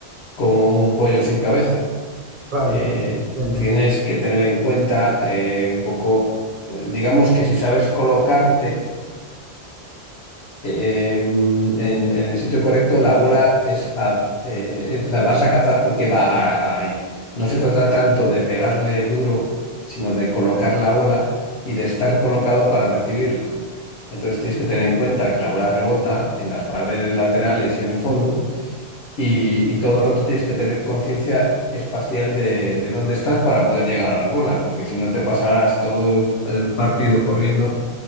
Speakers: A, on the left; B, on the right.
A: como un pollo sin cabeza.
B: Claro,
A: Eh,
B: claro, entiendo.
A: tienes que tener en cuenta eh, un poco, eh, digamos que si sabes colocarte em, en, en el sitio correcto, la bola es a- eh, eh, la vas a cazar porque va a- a ahí. No se trata tanto de pegarle duro, sino de colocar la bola y de estar colocado para recibirla. Entonces tienes que tener en cuenta que la bola rebota en las paredes laterales y en el fondo, y, y todo el rato tienes que tener conciencia espacial de, de dónde estás para poder llegar a las bolas, porque si no te pasarás todo el partido corriendo